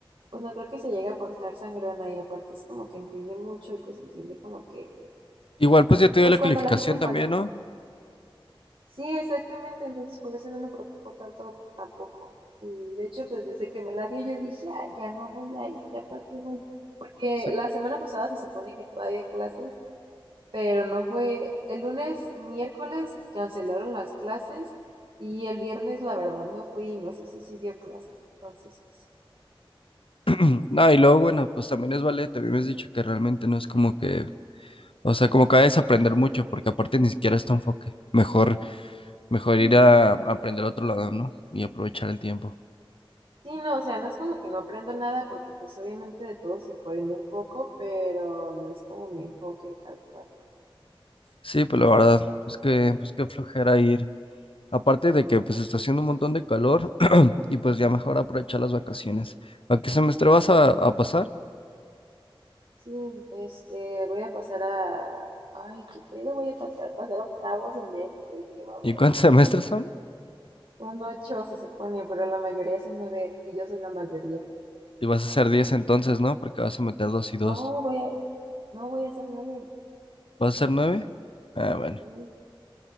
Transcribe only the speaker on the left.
Igual, pues ya te dio
la
calificación
también, ¿no?
Sí.
<clears throat> No, y luego, bueno, pues también es ballet. A mí me has dicho que realmente no es como que, o sea, como que vayas a aprender mucho, porque aparte ni siquiera es tu enfoque. Mejor, mejor ir
a, a aprender a otro lado, ¿no? Y aprovechar el tiempo.
Sí, pues la verdad, pues que, pues qué flojera ir. Aparte de que, pues está haciendo un montón de calor <clears throat> y pues ya mejor aprovechar las vacaciones. ¿A qué semestre vas a, a pasar?
¿Y cuántos <laughs> semestres son?
Y vas a hacer 10 entonces, ¿no? Porque vas a meter dos y dos.
¿Va a ser nueve? Ah, bueno.